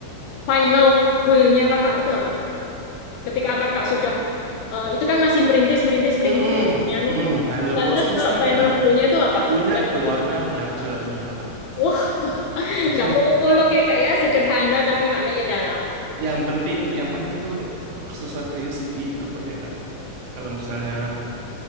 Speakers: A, on the left; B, on the right.
A: final goalnya Kakak itu apa? Ketika Kakak sudah, eh, itu kan masih merintis, merintis, merintis,
B: mm-mm,
A: nyanu.
B: hmm, final
A: Nah,
B: goalsku
A: terus kalau
B: sih
A: final
B: ya
A: goalnya itu apa?
B: punya
A: Yang
B: keluarga
A: udah,
B: yang ceria
A: wah, <laughs>
B: <laughs>
A: nggak muluk-muluk ya Kak ya, sederhana tapi maknanya dalam.
B: yang penting yang penting itu sesuai prinsip hidup aja kak kalau misalnya